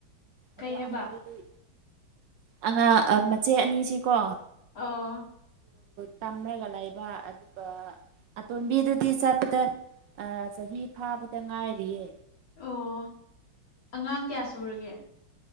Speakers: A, on the right; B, on the left.
A: ꯑꯗꯣ
B: ꯀꯩ ꯍꯥꯏꯕ
A: ꯑꯃꯗꯨꯗꯤ ꯑꯉꯥꯡ ꯃꯆꯦ ꯑꯅꯤꯁꯤꯀꯣ
B: ꯑꯥ
A: ꯇꯝꯂꯒ ꯂꯩꯕ ꯑꯗꯨꯒ ꯑꯇꯣꯝꯕꯤꯗꯨ ꯇꯤ ꯆꯠꯄꯗ ꯑ ꯆꯍꯤ ꯐꯥꯕꯗ ꯉꯥꯏꯔꯤꯌꯦ
B: ꯑꯣ ꯑꯉꯥꯡ ꯀꯌꯥ ꯁꯨꯔꯒꯦ